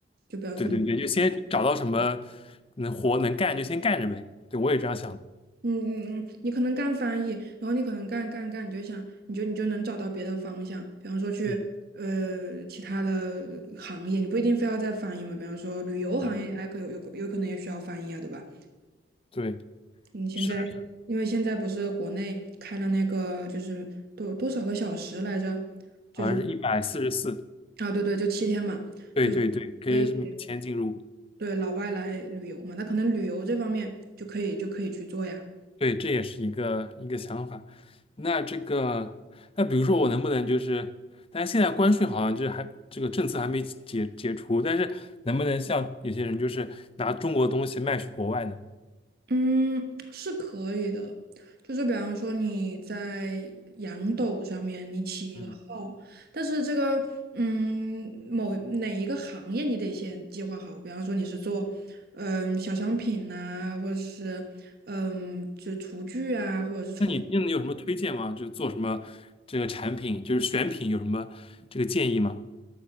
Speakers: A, on the right; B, on the left.
A: 就比方说你。
B: 对对对，就先找到什么能活能干就先干着呗。对，我也这样想的
A: 嗯嗯嗯，你可能干翻译，然后你可能干干干，你就想，你就你就能找到别的方向，比方说去呃其他的呃行业，
B: 嗯
A: 你不一定非要在翻译嘛，比方说旅游行业还可有有有可能也需要翻译啊，
B: 嗯，
A: 对吧？
B: 对，
A: 你现在因为现在不是国内开了那个就是多多少个小时来着，
B: 是的，
A: 就是
B: 好像是一百四十四。
A: 啊对对，就七天嘛，
B: 对对对，可以每天进入。
A: 所以对老外来旅游嘛，那可能旅游这方面就可以就可以去做呀。
B: 对，这也是一个一个想法。那这个，那比如说我能不能就是，但是现在关税好像就是还这个政策还没解解除，但是能不能像有些人就是拿中国的东西卖去国外呢？
A: 嗯，是可以的，就是比方说你在羊斗上面你起一个号，
B: 嗯。
A: 但是这个嗯某哪一个行业你得先计划好，比方说你是做嗯小商品呐、或者是嗯就厨具啊，或者是宠。
B: 那你那你有什么推荐吗？就做什么这个产品，就是选品有什么这个建议吗？